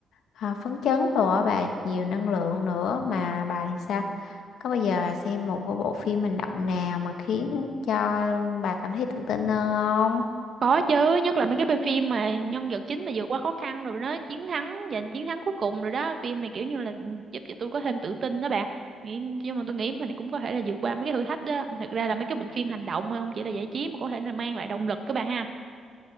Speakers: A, on the left; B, on the right.
A: à, phấn chấn đồ á bà nhiều năng lượng nữa mà bà thì sao có bao giờ bà xem một cái bộ phim hành động nào mà khiến cho bà cảm thấy tự tin hơn không
B: Có chứ, nhất là mấy cái bộ phim mà nhân vật chính mà vượt qua khó khăn rồi đó, chiến thắng, giành chiến thắng cuối cùng rồi đó. Phim này kiểu như là giúp cho tôi có thêm tự tin đó bà. Nghĩ, nhưng mà tôi nghĩ mình cũng có thể là vượt qua mấy cái thử thách đó. Thật ra là mấy cái bộ phim hành động không chỉ là giải trí mà có thể là mang lại động lực các bà ha.